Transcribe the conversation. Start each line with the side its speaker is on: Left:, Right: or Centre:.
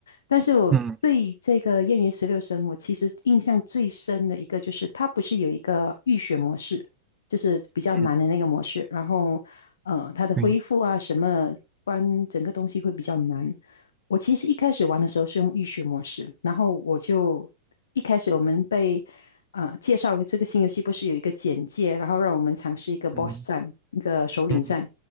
Left: 但是我对于这个燕云十六声》我其实印象最深的一个就是，
Right: 嗯
Left: 它不是有一个浴血模式，就是比较难的那个模式，
Right: 嗯，
Left: 然后呃，它的恢复啊，
Right: 对，
Left: 什么关整个东西会比较难。我其实一开始玩的时候是用浴血模式，然后我就一开始我们被呃介绍这个新游戏，不是有一个简介，然后让我们尝试一个 boss
Right: 嗯
Left: 战，一个首领战，
Right: 嗯